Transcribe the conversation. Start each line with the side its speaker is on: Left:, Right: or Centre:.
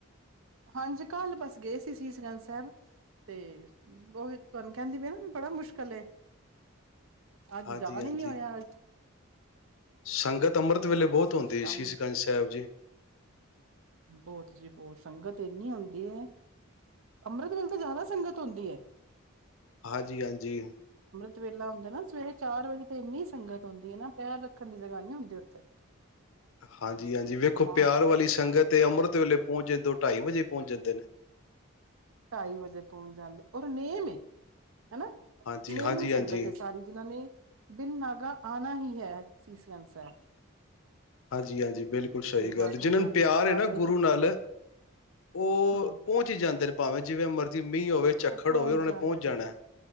Right: ਹਾਂਜੀ ਕੱਲ ਬਸ ਗਏ ਸੀ ਸੀਸਗੰਜ ਸਾਹਿਬ, ਤੇ ਓਹੀ ਤੁਹਾਨੂੰ ਕਹਿੰਦੀ ਵੀ ਨਾ ਬੜਾ ਮੁਸ਼ਕਿਲ ਏ। ਅੱਜ
Left: ਹਾਂਜੀ
Right: ਜਾ ਵੀ
Left: ਹਾਂਜੀ
Right: ਨੀ ਹੋਇਆ।
Left: ਸੰਗਤ ਅੰਮ੍ਰਿਤ ਵੇਲੇ
Right: ਬਸ
Left: ਬਹੁਤ ਹੁੰਦੀ
Right: ਕੁਛ ਕੰਮ
Left: ਸੀਸਗੰਜ ਸਾਹਿਬ ਜੀ।
Right: ਬਹੁਤ ਜੀ ਬਹੁਤ ਸੰਗਤ ਇੰਨੀ ਆਉਂਦੀ ਏ ਅੰਮ੍ਰਿਤ ਵੇਲੇ ਤੇ ਜ਼ਿਆਦਾ ਸੰਗਤ ਹੁੰਦੀ ਏ।
Left: ਹਾਂਜੀ-ਹਾਂਜੀ
Right: ਅੰਮ੍ਰਿਤ ਵੇਲਾ ਹੁੰਦਾ ਨਾ ਸਵੇਰੇ ਚਾਰ ਵਜੇ ਤੇ ਇੰਨੀ ਸੰਗਤ ਆਉਂਦੀ ਏ ਨਾ ਪੈਰ ਰੱਖਣ ਲਈ ਜਗਾ ਨਹੀਂ ਹੁੰਦੀ ਉੱਥੇ।
Left: ਹਾਂਜੀ-ਹਾਂਜੀ ਵੇਖੋ
Right: ਕਮਾਲ
Left: ਪਿਆਰ
Right: ਏ
Left: ਵਾਲੀ ਸੰਗਤ ਤੇ ਅੰਮ੍ਰਿਤ ਵੇਲੇ ਪਹੁੰਚੇ ਦੋ-ਢਾਈ ਵਜੇ ਪਹੁੰਚ ਜਾਂਦੇ ਨੇ।
Right: ਢਾਈ ਵਜੇ ਪਹੁੰਚ ਜਾਂਦੇ ਔਰ ਨੇਮ ਏ ਹਨਾ
Left: ਹਾਂਜੀ,
Right: ਨੇਮੀ
Left: ਹਾਂਜੀ-ਹਾਂਜੀ,
Right: ਸੰਗਤ ਏ ਸਾਰੀ ਜਿਨਾ ਨੇ ਬਿਨ ਨਾਗਾ ਆਣਾ ਹੀ ਹੈ ਸੀਸਗੰਜ ਸਾਹਿਬ।
Left: ਹਾਂਜੀ-ਹਾਂਜੀ ਬਿਲਕੁਲ
Right: ਤੇ
Left: ਸਹੀ
Right: ਸੇਵਾ
Left: ਗੱਲ, ਜਿਹਨਾਂ
Right: ਕਰਨ
Left: ਨੂੰ
Right: ਆਲੇ
Left: ਪਿਆਰ
Right: ਸਭ
Left: ਏ ਨਾ
Right: ਇੱਕ
Left: ਗੁਰੂ ਨਾਲ ਉਹ
Right: ਹੂੰ
Left: ਪਹੁੰਚ ਈ ਜਾਂਦੇ ਨੇ ਭਾਵੇਂ ਜਿਵੇਂ ਮਰਜ਼ੀ ਮੀਂਹ ਹੋਵੇ ਝੱਖੜ
Right: ਉਹ ਪਹੁੰਚ
Left: ਹੋਵੇ ਉਹਨਾਂ
Right: ਜਾਂਦੇ ਨੇ।
Left: ਜਾਣਾ।